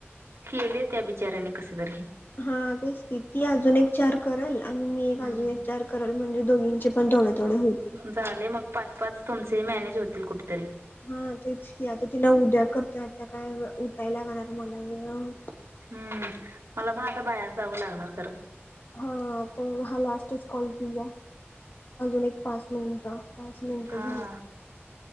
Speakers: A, on the right; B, on the left.
A: केले त्या बिचाऱ्यांनी कसे तरी.
B: हा तेच की ती अजून एक चार करेल आणि मी एक
A: हम्म.
B: अजून एक चार करल म्हणजे दोघींचे पण थोडे थोडे होतील.
A: झाले मग पाच पाच तुमचे मॅनेज होतील कुठेतरी.
B: हा तेच की आता तिला उद्या करते आता काय उठायला लागणार मला वेळ होत
A: हम्म मला पण आता बाहेर जावं लागणार खरं.
B: हा तर हा लास्टच कॉल तुझा अजून एक पाच मिनिटं. पाच मिनिट
A: हा
B: झाली.